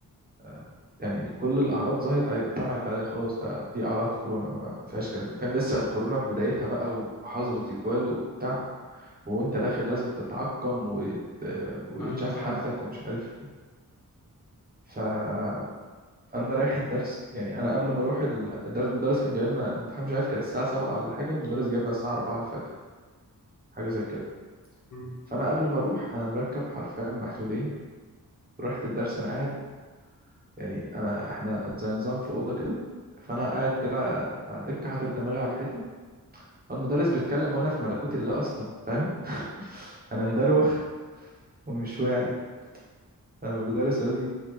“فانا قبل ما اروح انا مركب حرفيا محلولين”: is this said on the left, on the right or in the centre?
Right